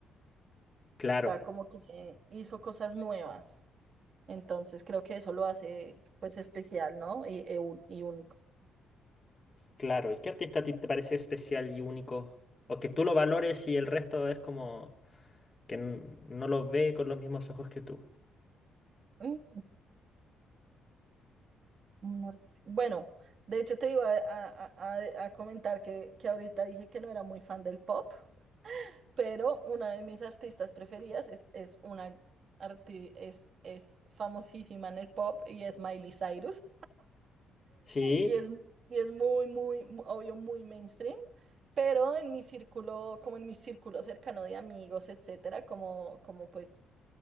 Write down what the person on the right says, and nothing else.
sea, como que hizo cosas nuevas. Entonces creo que eso lo hace pues especial, ¿no? Y, e un- y único.
Mm, un art- Bueno, de hecho te iba a, a- a- a comentar que, que ahorita dije que no era muy fan del pop, pero una de mis artistas preferidas es, es una arti- es, es famosísima en el pop y es Miley Cyrus.
Y es, y es muy, muy, mu- obvio, muy mainstream, pero en mi círculo, como en mi círculo cercano de amigos, etcétera, como, como pues